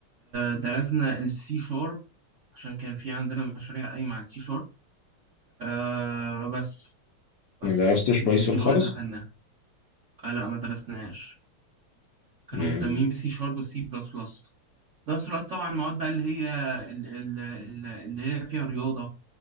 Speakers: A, on the right; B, on the left.
A: درسنا السي شارب عشان كان في عندنا مشاريع قايمه على السي شارب آه بس بس
B: ما درستش
A: يعني
B: بايثون
A: دي اللغات
B: خالص
A: اللي اخدناها آه، لا ما درسناهاش كانوا
B: امم.
A: مهتمين بسي شارب والسي بلس بلس في نفس الوقت طبعا المواد بقى اللي هي ال- ال- ال- اللي هي فيها رياضة